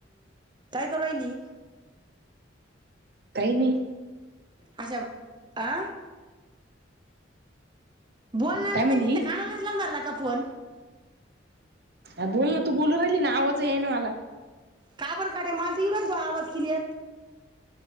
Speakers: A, on the right; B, on the right.
A: तरयली
B: काही नाही
A: अच्छाब आ बोल ना
B: काय
A: गं
B: म्हणली
A: काही निस्तं कानालाच लावून धरला का फो फोन
B: अं बोल ना तू बोलू राहिली ना आवाज येई ना मला.
A: का बर काट्या माल तं इऊ राहिल तु आवाज क्लिअर.